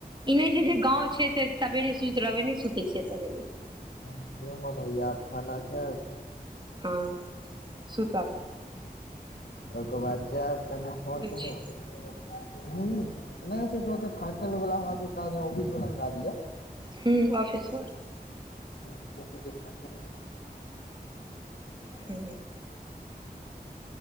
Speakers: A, on the right; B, on the left.
A: ई नहि छै जे गाँं छै तऽ सबवेरे सुति रहबे नहि सुते छियै सबेरे।
B: <unintelligible> आब खाना खेब।
A: हँ सुता।
B: ओके बाद जायब कनि फोन देखब।
A: छै
B: ह नहि से तऽते थाकल वाला हमरा सब काज य ऑफिस वाला काज य।
A: हूँ ऑफिस वर्क।
B: ह <inaudible>
A: हू